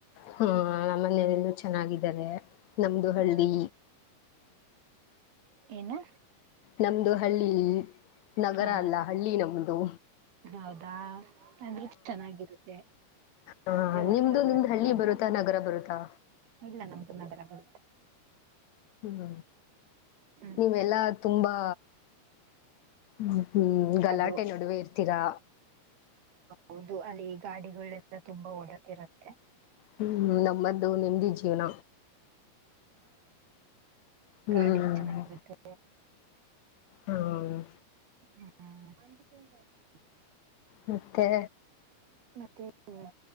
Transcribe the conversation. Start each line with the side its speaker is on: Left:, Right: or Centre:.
Left: ಹಾ ನಮ್ಮ ಮನೆಯಲೆಲ್ಲೂ ಚೆನ್ನಾಗಿದ್ದಾರೆ ನಮ್ದು ಹಳ್ಳಿ.
Right: ಆ, ಏನು.
Left: ನಮದು ಹಳ್ಳಿ ನಗರ
Right: ಆ,
Left: ಅಲ್ಲ ಹಳ್ಳಿ ನಮದು.
Right: ಹೌದಾ ಅಂದ್ರರು ಚೆನ್ನಾಗಿರುತ್ತೆ.
Left: ಹಾ
Right: ೆ ಒಥರ
Left: ನಿಮ್ದು
Right: ಚಂದ
Left: ನಿಮ್ದ್ ಹಳ್ಳಿ
Right: ಅಲ್ವಾ
Left: ಬರುತ್ತಾ ನಗರ ಬರುತ್ತಾ
Right: ಇಲ್ಲ ನಮ್ದು ನಗರಗಳು.
Left: ಹ್ಮ್
Right: ಹ್ಮ್
Left: ನೀವೆಲ್ಲಾ ತುಂಬಾ ಹ್ಮ್. ಗಲಾಟೆ
Right: ಅದು
Left: ನಡುವೆ ಇರ್ತೀರಾ.
Right: ಹೌದು ಅಲ್ಲಿ ಗಾಡಿಗಳೆಲ್ಲ ತುಂಬಾ ಓಡಾ ಇರುತ್ತೆ.
Left: ಹ್ಮ್ ನಮ್ಮ್ದು ನೆಮದಿ ಜೀವನ. ಹ್ಮ್
Right: ಗಾಡಿ ಚೆನ್ನಾಗಿರುತ್ತೆ.
Left: ಹ್ಮ-
Right: ಹಾ-
Left: ಮತ್ತೆ.
Right: ಮತ್ತೆ ಹೇಳ